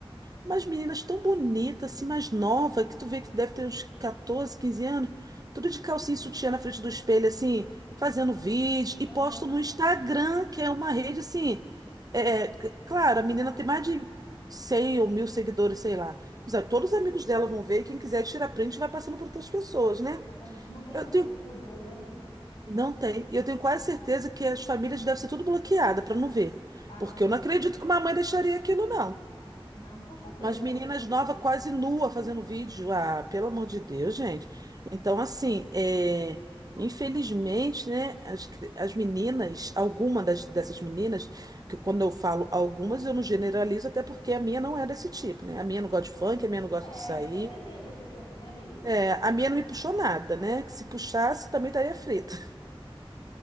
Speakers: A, on the right (about 40°); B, on the left (about 50°).
A: Umas meninas tão bonitas, assim, mais nova, que tu vê que deve ter uns 14, 15 anos, tudo de calcinha e sutiã na frente do espelho, assim,
B: Gente,
A: fazendo vídeo e
B: aham,
A: posto no Instagram, que é uma rede, assim. É, é, c- claro, a menina tem mais de 100 ou mil seguidores, sei lá. Mas, é, Todos os amigos dela vão ver, e quem quiser tirar print vai passando para outras pessoas, né?
B: exatamente. Não tem
A: Eu
B: mais
A: tenho.
B: esse pudor, né, amiga?
A: Não tem. E eu tenho quase certeza que as famílias devem ser tudo bloqueadas para não ver.
B: Ah,
A: Porque
B: com certeza.
A: eu não acredito que uma mãe deixaria aquilo, não.
B: Não, com certeza,
A: Mas meninas
B: bloqueia.
A: novas quase nua fazendo vídeo. Ah, pelo amor de Deus, gente. Então, assim, é, infelizmente, né, as, as meninas, alguma das, dessas meninas, que quando eu falo algumas, eu não generalizo, até porque a minha não é desse tipo, né? A minha não gosta de funk, a minha não gosta
B: É,
A: de sair.
B: sempre tem as exceções, né, amiga?
A: É, a minha não me puxou nada, né? Que se puxasse, também estaria frita.